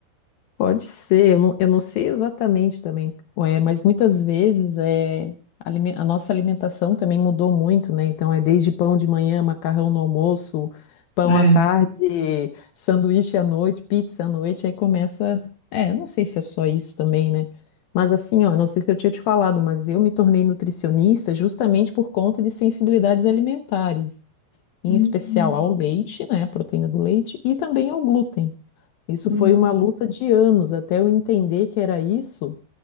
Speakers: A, on the left (about 75°); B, on the left (about 45°).
A: Pode ser, eu não, eu não sei exatamente também, é, mas muitas vezes é, alime- a nossa alimentação também mudou muito, né? Então é desde pão de manhã, macarrão no almoço, pão
B: É.
A: à tarde, <laughs> sanduíche à noite, pizza à noite, aí começa. É, não sei se é só isso também, né? Mas assim, ó, não sei se eu tinha te falado, mas eu me tornei nutricionista justamente por conta de sensibilidades alimentares, em
B: Hum,
A: especial ao leite, né? Proteína do leite e também ao glúten. Isso
B: hum.
A: foi uma luta de anos até eu entender que era isso.